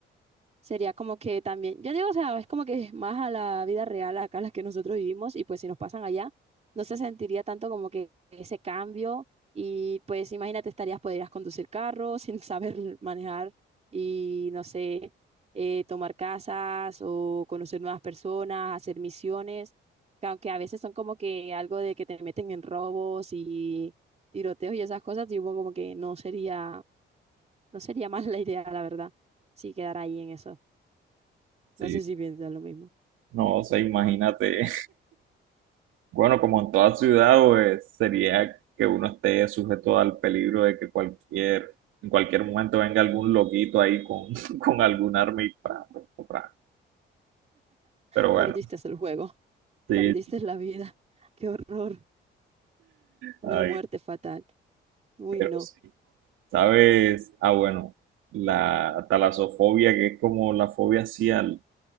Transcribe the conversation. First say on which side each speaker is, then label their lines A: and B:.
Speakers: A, on the right; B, on the right.
A: Sería como que también, yo digo, o sea, es como que es más a la vida real acá las que nosotros vivimos y pues si nos pasan allá, no se sentiría tanto como que ese cambio y pues imagínate, estarías, podrías conducir carro <laughs> sin saber manejar y no sé, eh, tomar casas o conocer nuevas personas, hacer misiones, que aunque a veces son como que algo de que te meten en robos y tiroteos y esas cosas, digo como que no sería, no sería <laughs> más la idea, la verdad, si quedara ahí en eso.
B: sí.
A: No sé si piensas lo mismo.
B: No, o sea, imagínate. Bueno, como en toda ciudad, pues sería que uno esté sujeto al peligro de que cualquier, en cualquier momento venga algún loquito ahí con, <laughs> con algún arma y pra, pra, pra. Pero bueno,
A: Perdiste el juego, <laughs>
B: sí,
A: perdiste la vida. <laughs> Qué horror,
B: ay,
A: una muerte fatal. Uy,
B: pero
A: no.
B: sí. ¿Sabes? Ah, bueno, la talasofobia, que es como la fobia así al-